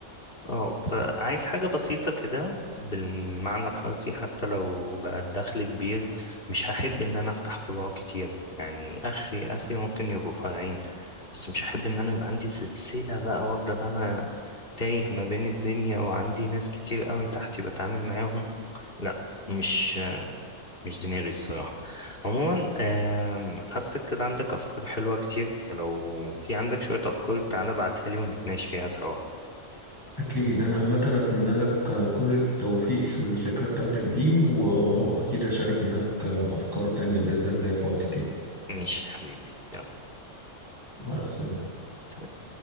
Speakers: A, on the left (about 45°); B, on the left (about 15°).
A: اه فعايز حاجة بسيطة كده بالمعنى الحرفي حتى لو بقى الدخل كبير مش هحب ان انا افتح فروع كتير يعني اخري اخري ممكن يبقوا فرعين بس مش هحب ان انا يبقى عندي سلسلة بقى وافضل انا تايه ما بين الدنيا وعندي ناس كتير قوي تحتي بتعامل معاهم لا مش مش دماغي الصراحة عموما آم، حاسك كده عندك افكار حلوة كتير فلو في عندك شوية افكار تعالى ابعتها لي ونتناقش فيها سوا
B: أكيد أنا عامة أتمنى لك كل التوفيق في الفكرة بتاعتك دي وأكيد هشارك معاك أفكار تانية بإذن الله في وقت تاني
A: ماشي يا حبيبي يلا
B: مع السلامة
A: سلام.